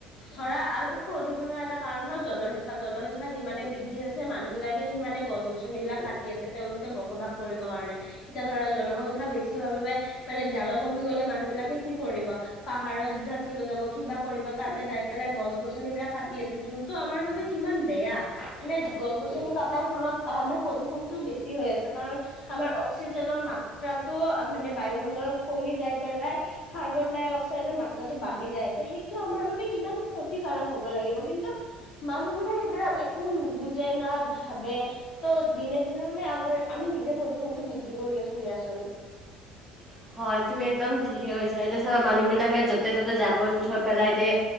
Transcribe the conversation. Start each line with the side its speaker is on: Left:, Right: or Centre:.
Left: ধৰা আৰু প্ৰদূষণৰ এটা কাৰণ হ'ল জনসংখ্যা। জনসংখ্যা যিমানে বৃদ্ধি হৈছে মানুহ বিলাক কে সিমানে গছ-গছনি বিলাক কাটি আছে, তেওঁলোকে বসবাস কৰিবৰ কাৰণে। এতিয়া ধৰা জনসংখ্যা বেছি বেছি হোৱাৰ বাবে, মানে জাগা কমি গ'লে মানুহবিলাকে কি কৰিব, পাহাৰত জা কি বজাব, কিবা কৰিব, তাতে যাই পেলাই গছ-গছনি বিলাক কাটি আছে। যোনটো আমাৰ বাবে কিমান বেয়া, মানে গছ-গছনি কাট টাৰ ফলত, আমাৰ প্ৰদূষণটো বেছি হৈ আছে। কাৰণ আমাৰ অক্সিজেনৰ মাত্ৰাটো, আ মানে বায়ুমণ্ডলত কমি যাই পেলাই কাৰ্বন ডাই অক্সাইডৰ মাত্ৰাটো বাঢ়ি যায় আছে। সেইটো আমাৰ বাবে, কিমান ক্ষতিকাৰক হ'ব লাগিব, কিন্তু মানুহবোৰে সেইবিলাক, একো নুবুজে না ভা ভাবে, ত' দিনে-দিনে মানে আমাৰ, আমি নিজে প্ৰদূষণতটো বৃদ্ধি কৰি আছো দিয়াচোন।
Centre: <unintelligible> হয়, তুমি একদম ঠিকে কৈছা। এতিয়া চাবা, মানুহবিলাকে য'তে-ত'তে, জাবৰ-জোথৰ পেলাই দিয়ে